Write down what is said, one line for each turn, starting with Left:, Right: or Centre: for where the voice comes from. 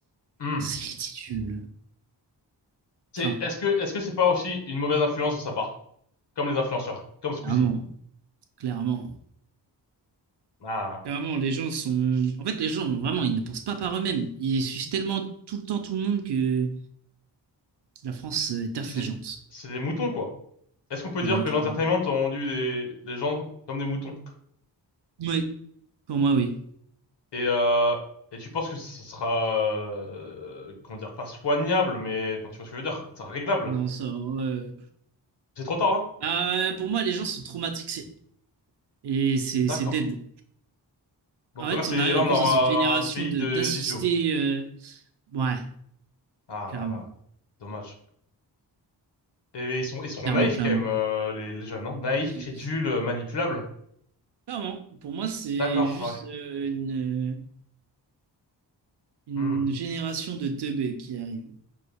Left: Hmm.
Right: C'est ridicule.
Left: C'est,
Right: Enfin,
Left: est-ce que, est-ce que c'est pas aussi une mauvaise influence de sa part? Comme les influenceurs, comme Squeezie.
Right: clairement. Clairement.
Left: Ah là là.
Right: Clairement, les gens sont. En fait, les gens, vraiment, ils ne pensent pas par eux-mêmes. Ils suivent tellement tout le temps tout le monde que la France euh, est affligeante.
Left: C'est, c'est des moutons, quoi. Est-ce qu'on peut
Right: Ouais,
Left: dire que
Right: clairement.
Left: l'entertainment a rendu des, des gens comme des moutons?
Right: Oui, pour moi, oui.
Left: Et, euh, et tu penses que ce sera, euh, comment dire, pas soignable, mais enfin, tu vois ce que je veux dire, c'est réglable.
Right: Non, ça. euh,
Left: C'est trop tard là?
Right: bah, ouais, pour moi, les gens sont trop matrixés. Et c'est
Left: D'accord.
Right: c'est dead.
Left: Donc
Right: En
Left: là,
Right: fait,
Left: c'est
Right: on arrive
Left: là,
Right: en
Left: on
Right: plus
Left: aura
Right: dans une génération
Left: un pays
Right: de
Left: de
Right: d'assister.
Left: d'idiots.
Right: euh, Ouais,
Left: Ah
Right: clairement,
Left: là là, dommage. Et mais ils sont, ils seront
Right: clairement,
Left: naïfs
Right: clairement.
Left: quand même, euh, les, les jeunes, non? Naïfs,
Right: J'ai-
Left: crédules, manipulables.
Right: Clairement, pour moi, c'est
Left: D'accord,
Right: juste
Left: ah ouais.
Right: euh, une, une
Left: Hmm.
Right: génération de teubés qui arrive.